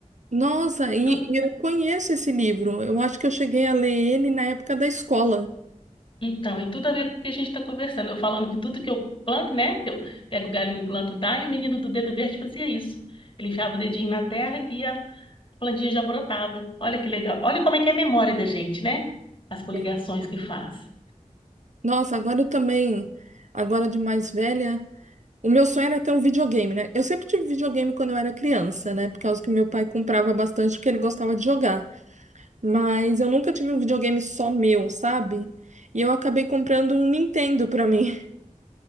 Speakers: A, on the right; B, on the left.
A: Nossa, e,
B: Tu-
A: e eu conheço esse livro. Eu acho que eu cheguei a ler ele na época da escola.
B: Então, e tudo a ver com o que a gente está conversando. Eu falando que tudo que eu planto, né? Eu pego o galinho, planto, dá, e o menino do dedo verde fazia isso. Ele enfiava o dedinho na terra e a A plantinha já brotava. Olha que legal. Olha como é que é a memória da gente, né? As coligações
A: É.
B: que faz.
A: Nossa, agora eu também, agora de mais velha. O meu sonho era ter um videogame, né? Eu sempre tive videogame quando eu era criança, né? Por causa que meu pai comprava bastante porque ele gostava de jogar. Mas eu nunca tive um videogame só meu, sabe? E eu acabei comprando um Nintendo pra mim.